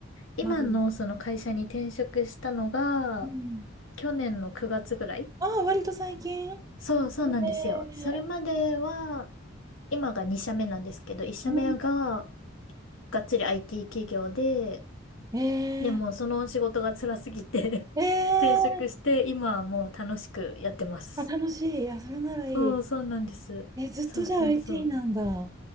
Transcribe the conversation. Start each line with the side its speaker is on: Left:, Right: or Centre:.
Left: 今のその会社に転職したのが、
Right: 長い。うん。
Left: 去年の9月ぐらい
Right: ああ、割と最近。
Left: そう、
Right: ええ
Left: そうなんですよ。それまでは、今が2社目なんですけど、1社目が
Right: うん。
Left: がっつり IT 企業で、
Right: ええ
Left: でも、その仕事が辛すぎて
Right: ええ
Left: <laughs> 転職して、今はもう楽しくやってます。
Right: あ、楽しい。あ、それならいい。
Left: そう、そうなんです。
Right: え、ずっとじゃあ
Left: そうそうそう。
Right: IT なんだ。う